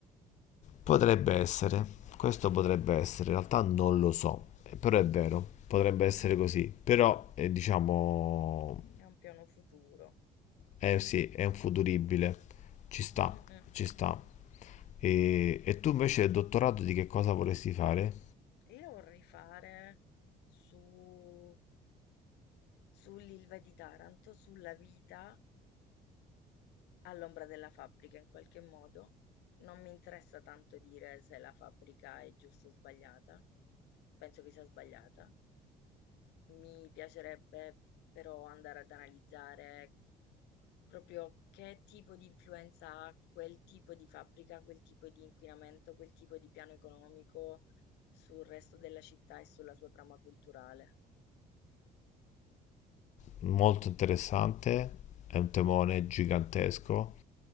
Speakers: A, on the left (about 45°); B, on the left (about 85°).
A: Potrebbe essere, questo potrebbe essere, in realtà non lo so, eh, però è vero, potrebbe essere così. Però eh, diciamo,
B: È un piano futuro.
A: eh sì, è un futuribile, ci sta,
B: Mm, mm.
A: ci sta. E, e tu invece il dottorato di che cosa vorresti fare?
B: E Io la vorrei fare su, sull'Ilva di Taranto, sulla vita all'ombra della fabbrica in qualche modo non mi interessa tanto dire se la fabbrica è giusta o sbagliata penso che sia sbagliata mi piacerebbe però andare ad analizzare proprio che tipo di influenza ha quel tipo di fabbrica, quel tipo di inquinamento, quel tipo di piano economico sul resto della città e sulla sua trama culturale.
A: molto interessante, è un temone gigantesco,